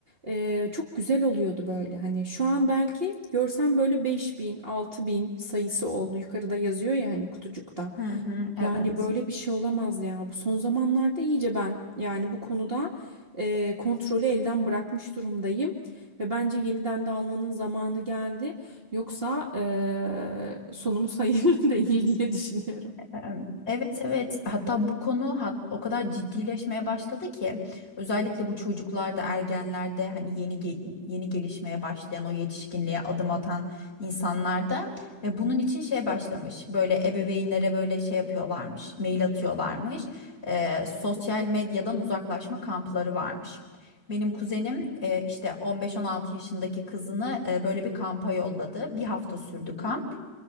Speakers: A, on the right; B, on the left.
A: Ee, çok güzel oluyordu böyle hani şu an belki görsem böyle 5000 bin sayısı oldu yukarıda yazıyor ya hani kutucukta.
B: Hı hı, evet.
A: Yani böyle bir şey olamaz ya. Bu son zamanlarda iyice ben yani bu konuda e, kontrolü elden bırakmış durumdayım. Ve bence yeniden de almanın zamanı geldi. Yoksa e, sonumuz hayırlı <laughs> değil diye düşünüyorum.
B: Em, Evet evet hatta bu konu ha- o kadar ciddileşmeye başladı ki özellikle bu çocuklarda ergenlerde hani yeni ge- yeni gelişmeye başlayan o yetişkinliğe adım atan insanlarda ve bunun için şey başlamış böyle ebeveynlere böyle şey yapıyorlarmış mail atıyorlarmış e, sosyal medyadan uzaklaşma kampları varmış. Benim kuzenim e, işte 15-16 yaşındaki kızını e, böyle bir kampa yolladı. Bir hafta sürdü kamp.